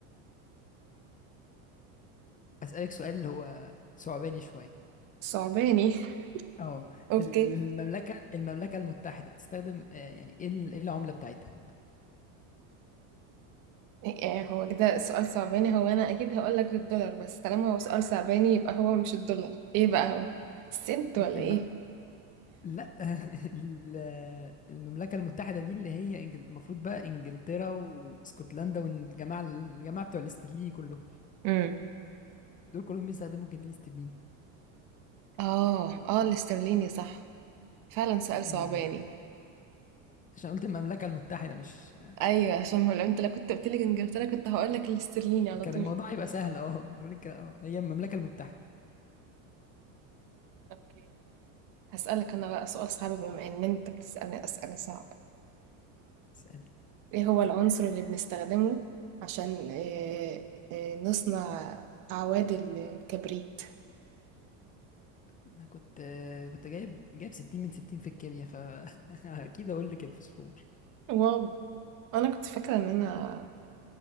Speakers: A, on the left; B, on the right.
A: أسألك سؤال هو صعباني شوية
B: صعباني
A: اه
B: <laughs> أوكي
A: المملكة المملكة المتحدة بتستخدم آه، يعني ايه ال- إيه العملة بتاعتها؟
B: يعني هو كده سؤال صعباني هو أنا أكيد هقولك الدولار بس طالما هو سؤال صعباني يبقى هو مش الدولار إيه بقى هو؟ السنت
A: لا،
B: ولا إيه؟
A: لا <laughs> ال- المملكة المتحدة دي اللي هي إنجل- المفروض بقى انجلترا واسكتلندا والجماعة الجماعة بتوع الاسترليني كله
B: مم.
A: دول كلهم بيستخدموا الجنيه الاسترليني
B: آه آه الاسترليني صح فعلا سؤال
A: بالظبط.
B: صعباني
A: عشان قلت المملكة المتحدة مش
B: ايوه عشان ما لو انت لو كنت قلت لي انجلترا كنت هقول لك الاسترليني على
A: كان
B: طول
A: الموضوع يبقى سهل اه بقول لك اه هي المملكة المتحدة
B: اوكي هسألك انا بقى سؤال صعب بما ان انت بتسألني أسئلة صعبة
A: اسأل
B: ايه هو العنصر اللي بنستخدمه عشان إيه إيه نصنع اعواد الكبريت
A: انا كنت كنت جايب جايب 60 من 60 في الكيمياء فاكيد <laughs> اقول لك الفوسفور
B: واو انا كنت فاكرة ان انا